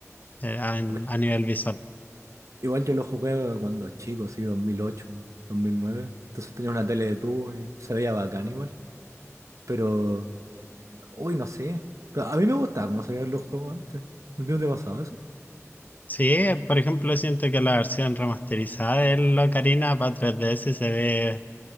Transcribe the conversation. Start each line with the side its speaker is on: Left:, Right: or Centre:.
Left: eh, a en-
Right: Pues
Left: a nivel visual.
Right: igual yo lo jugué cuando chico, así, dos dos mil ocho dos mil nueve Entonces tenía una tele de tubo y se veía bacán igual. Pero, uy, no sé. Pero a mí me gustaba cómo se veían los juegos antes. ¿No te pasaba eso?
Left: Sí, por ejemplo, siento que la versión remasterizada del Ocarina para 3DS se ve